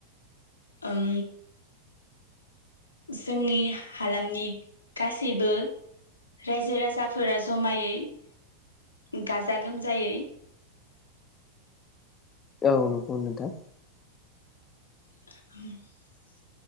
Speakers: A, on the left; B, on the left.
A: ओम जोंनि हालामनि गासैबो रायजो राजाफोरा जमायै गाजा गोमजायै
B: औ नंगौ नोंथां।
A: <unintelligible>